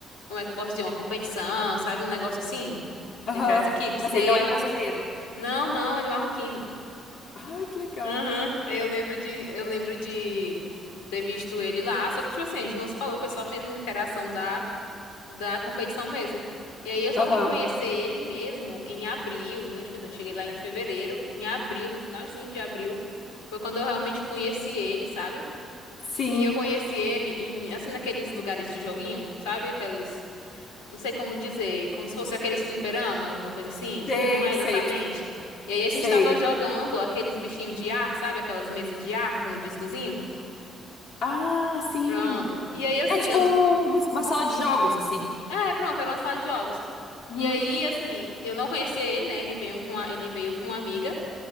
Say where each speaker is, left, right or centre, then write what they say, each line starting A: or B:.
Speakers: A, on the left; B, on the left.
A: Como é que eu posso dizer? Uma competição, sabe? Um negócio assim,
B: Aham.
A: entre as equipes.
B: Mas
A: E
B: ele
A: aí
B: não
A: ele.
B: é brasileiro.
A: Não, não, ele é marroquino.
B: Ai, que legal.
A: Aham. Aí eu lembro de, eu lembro de ter visto ele lá, só que tipo assim, a gente não se falou, foi só mesmo interação da, da competição mesmo. E aí eu só
B: Aham.
A: vim conhecer ele mesmo em abril, então tipo assim, eu cheguei lá em fevereiro, em abril, no finalzinho de abril, foi quando eu realmente conheci ele, sabe?
B: Sim.
A: E eu conheci ele em, assim, naqueles lugares de joguinho, sabe? Aqueles não sei como dizer, como se fosse aqueles fliperama, alguma coisa assim,
B: Sei,
A: só que não é
B: sei,
A: exatamente.
B: tipo,
A: E aí a
B: sei.
A: gente tava jogando aqueles bichinhos de ar, sabe? Aquelas mesas de ar com um discozinho.
B: Ah, sim.
A: Pronto. E aí assim,
B: É tipo
A: eu.
B: um-
A: n-
B: uma sala de jogos, assim.
A: É, pronto, era uma sala de jogos.
B: Uhum.
A: E aí, assim, eu não conhecia ele, né? Ele veio com a... ele veio com uma amiga.